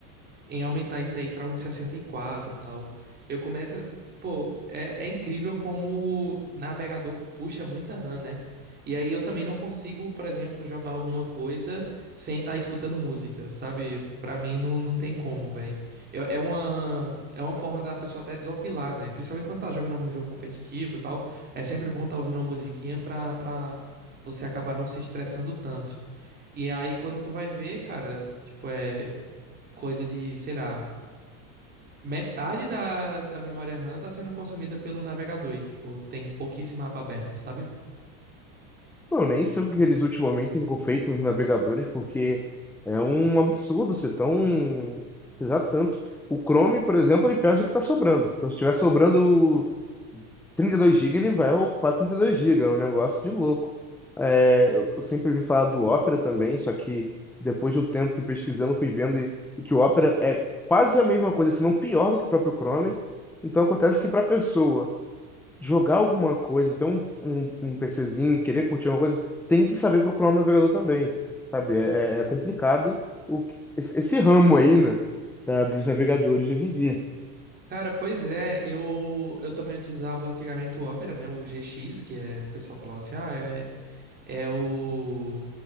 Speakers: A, on the right; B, in the centre.
A: em aumentar isso aí pra uns sessenta e quatro e tal. Eu começo. a- Pô, é, é incrível como o navegador puxa muita RAM, né? E aí eu também não consigo, por exemplo, jogar alguma coisa sem estar escutando música, sabe? Pra mim não, não tem como, velho. É é uma, é uma forma da pessoa até desopilar, né? Principalmente quando tá jogando algum jogo competitivo e tal. É sempre bom tá ouvindo uma musiquinha pra, pra você acabar não se estressando tanto. E aí, quando tu vai ver, cara, tipo, é coisa de, sei lá, metade da, da memória RAM tá sendo consumida pelo navegador e, tipo, tem pouquíssima aba aberta, sabe?
B: Pô, Eu nem sei o que eles ultimamente têm feito nos navegadores, porque é um absurdo ser tão pesar tanto. O Chrome, por exemplo, ele pesa o que está sobrando. Então se estiver sobrando trinta e dois gigas ele vai ocupar trinta e dois gigas é um negócio de louco. É, eu eu sempre ouvi falar do Opera também, só que depois de um tempo fui pesquisando, fui vendo e, e que o Opera é quase a mesma coisa, se não pior do que o próprio Chrome. Então acontece que para a pessoa jogar alguma coisa, ter um, um, um PCzinho, querer curtir alguma coisa, tem que saber procurar um navegador também, sabe? É, é- é complicado o, que- esse, esse ramo aí, né, da- dos navegadores de hoje em dia.
A: Cara, pois é, eu, eu também utilizava antigamente o Opera, né? O GX, que é, o pessoal falava assim, ah, é, é o...